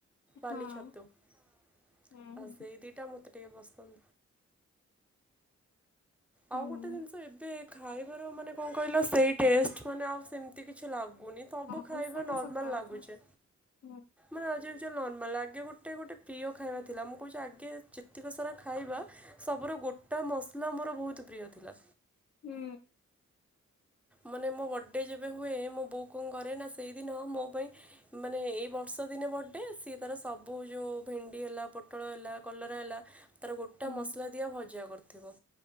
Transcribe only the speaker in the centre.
ବାଲି
ଛତୁ ଆଉ
ସେଇ ଦିଟା ମତେ ଟିକେ ପସ ହ
ଆଉ ଗୋଟେ ଜିନିଷ ଏବେ ଖାଇବାର ମାନେ କଣ କହିଲ ସେଇ ଟେଷ୍ଟ ମାନେ ଆଉ ସେମିତି କିଛି କିଛି ଲାଗୁନି ସବୁ
ଖାଇବା
ନର୍ମାଲ
ଲାଗୁଛେ
ମାନେ ଆ ଯୋଉ ନର୍ମାଲ ଆଗେ ଗୋଟେ ଗୋଟେ ପ୍ରିୟ ଖାଇବା ଥିଲା ମୁଁ କହୁଛି ଆଗେ ଯେତିକି ସାରା ଖାଇବା ସବୁର ଗୋଟା ମସଲା ମୋର ବହୁତ ତ ପ୍ରିୟ ଥିଲା
ମାନେ ମୋ ବର୍ଥଡେ ଯେବେ ହୁଏ ମୋ ବୋଉ କ ଘରେ ନା ସେଇଦିନ ମୋ ପାଇଁ ମାନେ ଏଇ ବର୍ଷ ଦିନେ ବର୍ଥଡେ ସିଏ ତାର ସବୁ ଯୋଉ ଭେଣ୍ଡି ହେଲା ପୋଟଳ ହେଲା କଲରା ହେଲା ତାର ଗୋଟେ
ମସଲା ଦିଆ ଭଜା କରିଥା ଥିବ।